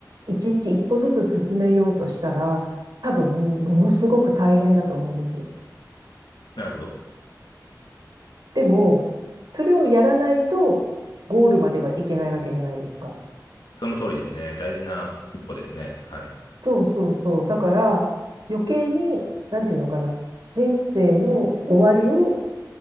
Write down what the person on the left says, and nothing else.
なるほど。
その通りですね。大事な一歩ですね。はい。